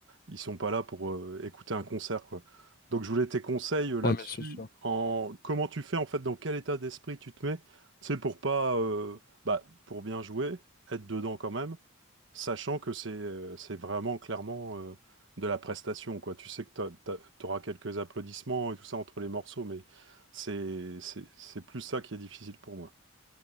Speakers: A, on the right (about 60°); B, on the left (about 45°).
A: Ils sont pas là pour euh, écouter un concert, quoi. Donc je voulais tes conseils euh, là-dessus,
B: Ouais, mais c'est sûr.
A: en comment tu fais en fait, dans quel état d'esprit tu te mets, c'est pour pas, euh, bah, pour bien jouer, être dedans quand même, sachant que c'est euh, c'est vraiment clairement euh, de la prestation, quoi. Tu sais que tu auras quelques applaudissements et tout ça entre les morceaux, mais c'est c'est c'est plus ça qui est difficile pour moi.